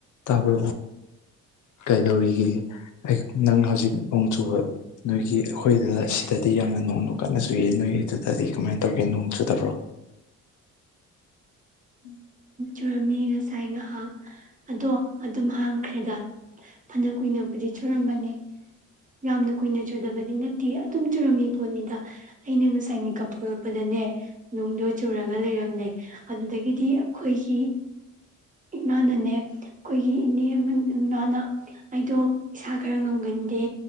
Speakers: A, on the left (about 65°); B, on the right (about 25°).
A: ꯇꯥꯕꯣ ꯀꯩꯗꯧꯔꯤꯒꯦ ꯅꯪ ꯍꯧꯖꯤꯛ ꯅꯣꯡ ꯆꯨꯕ ꯅꯣꯏꯒꯤ ꯑꯩꯈꯣꯏꯗꯨꯗ ꯁꯤꯗꯗꯤ ꯌꯥꯝꯅ ꯅꯣꯡꯃ ꯀꯟꯅ ꯆꯨꯏ ꯅꯣꯏꯗꯨꯗꯗꯤ ꯀꯃꯥꯏꯅ ꯇꯧꯒꯦ ꯅꯣꯡ ꯆꯨꯗꯕ꯭ꯔꯣ ꯎꯝ
B: ꯆꯨꯔꯝꯃꯤ ꯉꯁꯥꯏ ꯉꯥꯏꯍꯥꯛ ꯑꯗꯣ ꯑꯗꯨꯝ ꯍꯥꯡꯈ꯭ꯔꯦꯗ ꯐꯅ ꯀꯨꯏꯅꯕꯨꯗꯤ ꯆꯨꯔꯝꯕꯅꯤ ꯌꯥꯝꯅ ꯀꯨꯏꯅ ꯆꯨꯗꯕꯗꯤ ꯅꯠ ꯇꯤ ꯑꯗꯨꯝ ꯆꯨꯔꯝꯃꯤ ꯄꯣꯠꯅꯤꯗ ꯑꯩꯅ ꯉꯁꯥꯏ ꯃꯦꯀꯞ ꯊꯣꯛꯂꯛ ꯄꯗꯅꯦ ꯅꯨꯡꯗꯣ ꯆꯨꯔꯒ ꯂꯩꯔꯝꯂꯦ ꯑꯗꯨꯗꯒꯤꯗꯤ ꯑꯩꯈꯣꯏꯒꯤ ꯏꯃꯥꯅꯅꯦ ꯑꯩꯈꯣꯏꯒꯤ ꯏꯅꯦ ꯏꯃꯥꯅ ꯑꯩꯗꯣ ꯏꯁꯥ ꯈꯔ ꯉꯝꯒꯟꯗꯦ